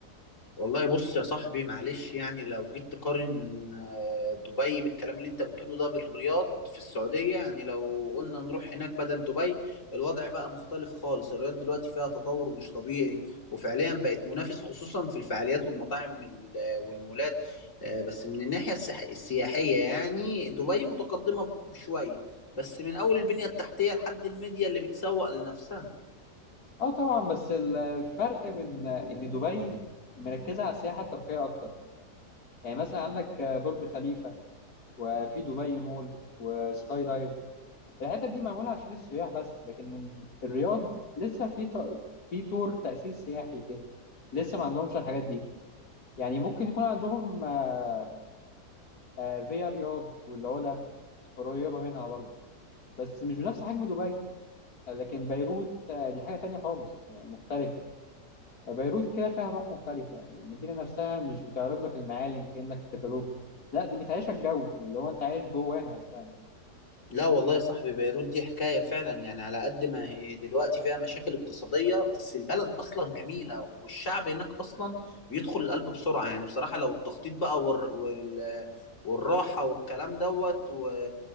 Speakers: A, on the left; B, on the left.
A: والله بص يا صاحبي معلش يعني لو جيت تقارن آه، دبي بالكلام اللي انت بتقوله ده بالرياض في السعودية يعني لو قلنا نروح هناك بدل دبي الوضع بقى مختلف خالص الرياض دلوقتي فيها تطور مش طبيعي وفعليا بقت منافس خصوصا في الفعاليات والمطاعم ال- والمولات آه، بس من الناحية السح- السياحية يعني دبي متقدمة شوية بس من أول البنية التحتية لحد الميديا اللي بتسوق لنفسها
B: اه طبعا بس الفرق من ان دبي مركزة على السياحة الترفيهية اكتر يعني مثلا عندك برج خليفة وفي دبي مول وسكاي دايف الحتت دي معمولة عشان السياح بس لكن الرياض لسه في ط... في طور تأسيس سياحي كده لسه ما عندهمش الحاجات دي يعني ممكن يكون عندهم آه، آه، فيا رياض والعلا قريبة منها برضه بس مش بنفس حجم دبي لكن بيروت آه، دي حاجة تانية خالص يعني مختلفة بيروت كده فيها روح مختلفة يعني المدينة نفسها مش بتعرض لك المعالم كأنك في كتالوج لا دي بتعيشك جو اللي هو انت عايش جواها فعلا
A: لا والله يا صاحبي بيروت دي حكاية فعلا يعني على قد ما هي دلوقتي فيها مشاكل اقتصادية بس البلد أصلا جميلة والشعب هناك أصلا بيدخل القلب بسرعة يعني بصراحة لو التخطيط بقى وال... وال... والراحة والكلام دوت و...